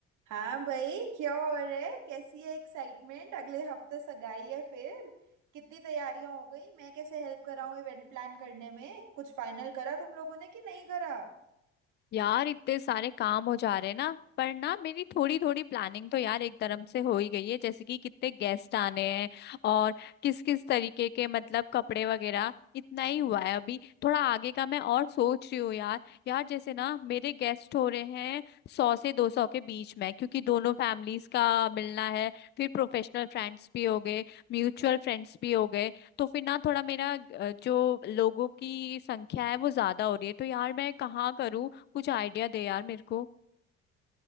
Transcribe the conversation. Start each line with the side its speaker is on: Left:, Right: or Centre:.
Right: हाँ भाई क्या हो रहा है कैसी है एक्साइटमेंट अगले हफ्ते सगाई है फिर कितनी तैयारियां हो गई मैं कैसे हेल्प कर रहा हूँ इवेंट प्लान करने में कुछ फाइनल करा तुम लोगों ने कि नहीं करा
Left: यार इतने सारे काम हो जा रहे हैं ना पर ना मेरी थोड़ी थोड़ी प्लानिंग तो यार एक धर्म से हो ही गई है जैसे कि कितने गेस्ट आने हैं और किस किस तरीके के मतलब कपड़े वगैरह इतना ही हुआ है अभी थोड़ा आगे का मैं और सोच रही हूँ यार यार जैसे ना मेरे गेस्ट हो रहे हैं सौ से दो सौ के बीच में क्योंकि दोनों फैमिलीज का मिलना है फिर प्रोफेशनल फ्रेंड्स भी हो गए म्यूचुअल फ्रेंड्स भी हो गए तो फिर ना थोड़ा मेरा अ, जो लोगों की संख्या है वो ज्यादा हो रही है तो यार मैं कहाँ करूँ कुछ आइडिया दे यार मेरे को